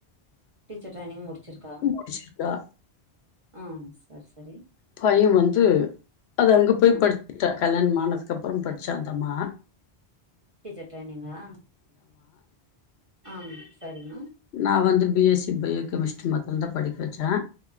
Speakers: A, on the right (about 35°); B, on the left (about 75°).
A: டீச்சர் ட்ரைனிங் முடிச்சிருக்கா
B: முடிச்சிருக்கா
A: ம் செரி செரி
B: பையன் வந்து அது அங்க போய்
A: ம்
B: படிச்ட்டா கல்யாணமானது அதுக்கப்பறம் படிச்சாந்தம்மா
A: டீச்சர் ட்ரைனிங்கா ஆம் சரிமா
B: நா வந்து B S C biochemistry மத்து தா படிக்க வெச்சே